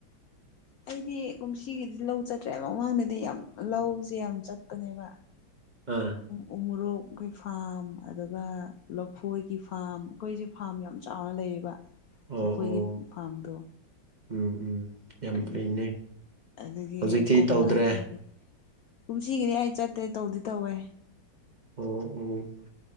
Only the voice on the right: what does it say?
ꯑꯥ
ꯑꯣ
ꯑꯣ
ꯎꯝ ꯎꯝ ꯌꯥꯝ
ꯐꯩꯅꯦ
ꯍꯧꯖꯤꯛꯇꯤ
ꯇꯧꯗ꯭ꯔꯦ
ꯑꯣ ꯎꯝ